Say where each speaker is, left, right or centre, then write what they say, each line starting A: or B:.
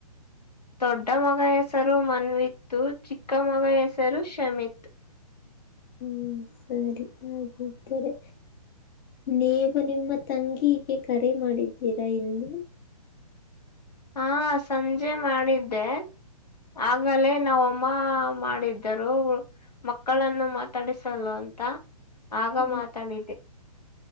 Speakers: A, on the left (about 85°); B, on the left (about 35°).
A: ದೊಡ್ಡ ಮಗ ಹೆಸರು ಮನ್ವಿತ್ತು ಚಿಕ್ಕ ಮಗ ಹೆಸರು ಶ್ಷಮಿತ್ತು <inaudible>
B: ಹ್ಮ್ ಸರಿ ಆಗಿದರೆ ನೀವು ನಿಮ್ಮ ತಂಗಿಗೆ ಕರೆ ಮಾಡಿದ್ದೀರಾ ಎಂದು
A: ಹಾ ಸಂಜೆ ಮಾಡಿದ್ದೆ ಆಗಲೇ ನಾವ ತಮ್ಮ ಮಾಡಿದ್ದರು ಮಕ್ಕಳನ್ನು ಮಾತಾಡಿಸಲು ಅಂತ ಆಗ
B: ಹ
A: ಮಾತಾಡಿದ್ದೆ